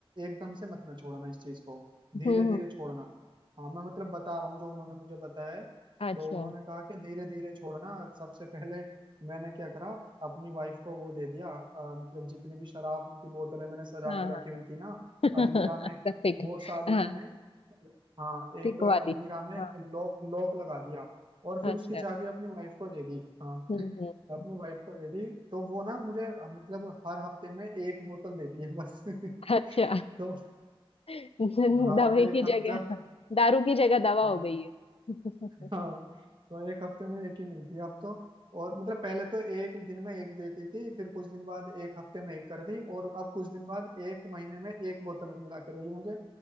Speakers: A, on the right (about 50°); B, on the left (about 75°).
A: एकदम से मत ना छोड़ना इस चीज को धीरे
B: हम्म
A: धीरे
B: हम्म
A: छोड़ना हाँ मैं मतलब बता रहा हूँ जो उन्होंने मुझे बताया है
B: अच्छा
A: तो उन्होंने कहा कि धीरे धीरे छोड़ना सबसे पहले मैंने क्या करा अपनी वाइफ को वो दे दिया अ, मतलब जितनी भी शराब की बोतलें मैंने सजा
B: हाँ
A: के रखी हुई थी ना
B: हाँ
A: अलमीरा में
B: <laughs> पिक
A: वो सारी
B: हाँ
A: मैंने हाँ एक
B: पिक
A: अलमीरा
B: वाली
A: में
B: हाँ
A: लॉक लॉक लगा दिया और
B: अच्छा
A: फिर उसकी चाबी अपनी वाइफ को दे दी हाँ
B: हम्म
A: <laughs>
B: हम्म
A: अपनी
B: हम्म,
A: वाइफ को दे दी तो वो ना मुझे अ, मतलब हर हफ्ते में एक बोतल देती है बस <laughs>
B: अच्छा
A: तो
B: <laughs>
A: हाँ
B: दवाई
A: एक
B: की
A: हफ-
B: जगह
A: जब
B: दारू की जगह दवा
A: हाँ
B: हो गई है <laughs>
A: हाँ तो एक हफ्ते में एक ही मिलती है अब तो और मतलब पहले तो एक दिन में एक देती थी फिर कुछ दिन बाद एक हफ्ते में एक कर दी और अब कुछ दिन बाद एक महीने में एक बोतल मिला करेगी मुझे